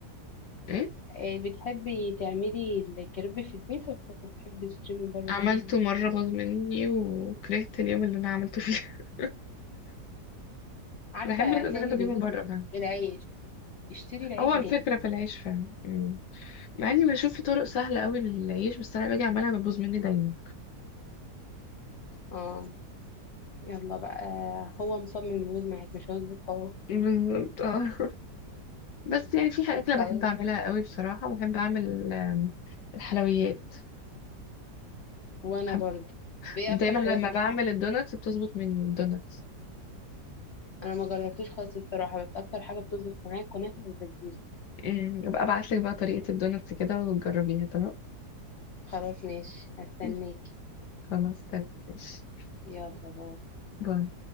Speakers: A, on the left (about 80°); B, on the left (about 60°).
A: ايه
B: آه، بتحبي تعملي الكريب في البيت ولا بتحبي تشتري من بره
A: عملته مره باظ مني وكرهت اليوم اللي انا عملته فيه <laughs>
B: عارفة
A: بحب
B: هتلاقي
A: بحب اجيبه
B: اللي بيبوظ
A: من بره فاهم
B: ايه العيش اشتري العيش
A: هو الفكره
B: جاهز
A: في العيش فاهم م. مع اني بشوف في طرق سهله قوي للعيش بس انا باجي اعملها بتبوظ مني دايما
B: اه يلا بقى آه، هو مصمم يبوظ معاك مش هيظبط خالص
A: بالظبط اه بس يعني في حاجات انا
B: خلاص
A: بحب اعملها قوي بصراحه بحب اعمل آم، الحلويات
B: وانا
A: بحب-
B: برضه ايه
A: دايما
B: اكتر حلويات
A: لما بعمل
B: بتحبي
A: الدوناتس
B: تعمليها؟
A: بتظبط من الدوناتس
B: انا ما جربتوش خالص الصراحة بس اكتر حاجة بتظبط معايا كنافة والبسبوسة
A: أمم، ابقى ابعت لك بقى طريقه الدوناتس كده وتجربيها تمام
B: خلاص ماشي هستناكي
A: <laughs> خلاص تمام ماشي.
B: يلا باي
A: باي